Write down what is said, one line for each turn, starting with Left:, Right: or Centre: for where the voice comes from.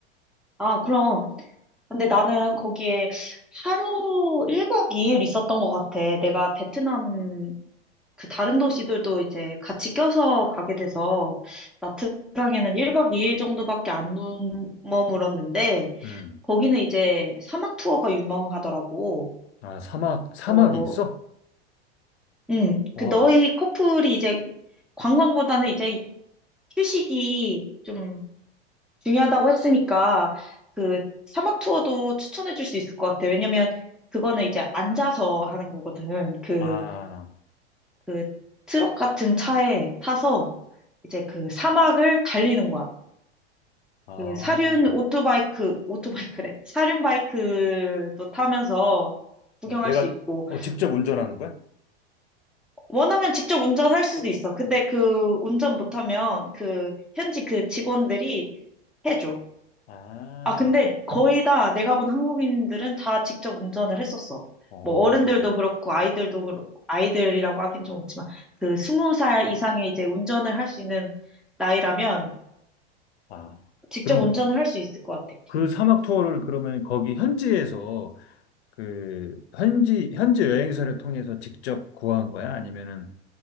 Centre: 아, 그럼. 근데 나는 거기에 하루 1박 2일 있었던 것 같아. 내가 베트남 그 다른 도시들도 이제 같이 껴서 가게 돼서 나트랑에는 1박 2일 정도밖에 안 묵- 머물었는데
Left: 음.
Centre: 거기는 이제 사막 투어가 유명하더라고.
Left: 아, 사막, 사막이
Centre: 어,
Left: 있어?
Centre: 음,
Left: 와.
Centre: 그 너희 커플이 이제 관광보다는 이제 휴식이 좀 중요하다고 했으니까 그 사막 투어도 추천해 줄 수 있을 것 같아. 왜냐면 그거는 이제 앉아서 하는 거거든. 그
Left: 아,
Centre: 그 트럭 같은 차에 타서 이제 그 사막을 달리는 거야.
Left: 아.
Centre: 그
Left: 어,
Centre: 사륜 오토바이크, 오토바이크래. 사륜 바이크도 타면서 구경할
Left: 내가,
Centre: 수 있고,
Left: 어, 직접 운전하는 거야?
Centre: 원하면 직접 운전할 수도 있어. 근데 그 운전 못하면 그 현지 그 직원들이 해줘.
Left: 아,
Centre: 아, 근데 거의 다 내가 본 한국인들은 다 직접 운전을 했었어.
Left: 어.
Centre: 뭐 어른들도 그렇고 아이들도 그렇고 아이들이라고 하긴 좀 그렇지만 그 스무 살 이상의 이제 운전을 할 수 있는 나이라면
Left: 아.
Centre: 직접
Left: 그럼
Centre: 운전을 할 수 있을 것 같아.
Left: 그
Centre: 응.
Left: 사막 투어를 그러면 거기 현지에서 그 현지 현지 여행사를 통해서 직접 구한 거야? 아니면은